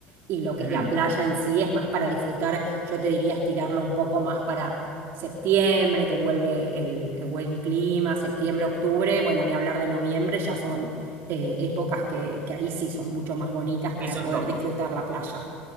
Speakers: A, on the right; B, on the right.
A: Y lo que
B: Ujú.
A: es la playa en sí es más para disfrutar, yo te diría estirarlo un poco más para septiembre, que vuelve el, el buen clima, septiembre, octubre, bueno, ni hablar de noviembre, ya son eh, épocas que, que ahí sí son mucho más bonitas para
B: Ahí son
A: poder
B: top,
A: disfrutar la playa.